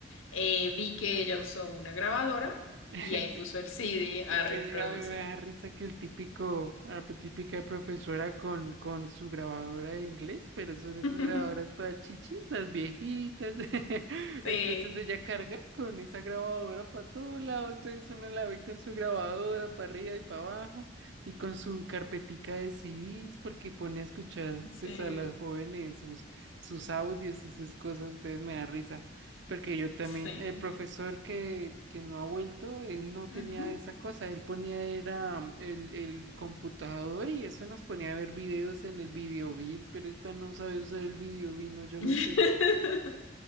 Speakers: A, on the left; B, on the right.
A: Eh, vi que ella usó una grabadora
B: <laughs>
A: y ahí puso el CD a
B: Es
A: reproducir.
B: que a mí me da risa que el típico, la típica profesora con, con su grabadora de inglés, pero son esas
A: <laughs>
B: grabadoras todas chichis, las viejitas. <laughs>
A: Sí.
B: Entonces ella carga con esa grabadora para todo lado, entonces uno la ve con su grabadora para arriba y para abajo y con su carpetica de CDs porque pone a escuchar
A: Sí,
B: pues a las jóvenes sus, sus audios y sus cosas, entonces me da risa. Porque yo también,
A: sí.
B: el profesor que, que no ha vuelto, él no tenía
A: Ujú.
B: esa cosa, él ponía era mm, el, el computador y eso nos ponía a ver videos en el videobean, pero esta no sabe usar el videobean, no, yo
A: <laughs>
B: no sé.